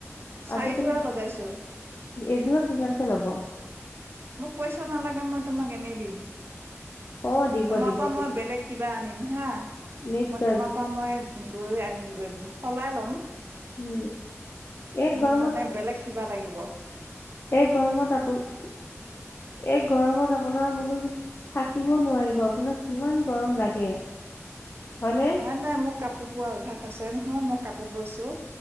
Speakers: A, on the right; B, on the left.
A: চাৰিযোৰা
B: আজিকালি
A: লগাইছো।
B: এযোৰত কিমান ল'ব
A: মোক পইচা নালাগে মই তোমাক এনেই দিম।
B: অ দিব
A: তোমাৰ
B: দিব
A: পৰা
B: দিব
A: মই বেলেগ কিবা আনিম হা।
B: নিশ্চয়
A: মই তোমাৰ
B: দিব
A: পৰা মই গৈ আনি সলাই লম
B: উম এই
A: মোক
B: গৰমত
A: মানে বেলেগ কিবা লাগিব।
B: এই গৰমত আপুনি
A: <unintelligible>
B: এই গৰমত আপোনাৰ বোলো থাকিব নোৱাৰিব আপোনাক কিমান গৰম লাগে।
A: <unintelligible>
B: হয়নে
A: নাই নাই মোক কাপোৰ বোৱাৰ অভ্যাস আছে নহয় মই কাপোৰ বৈছো'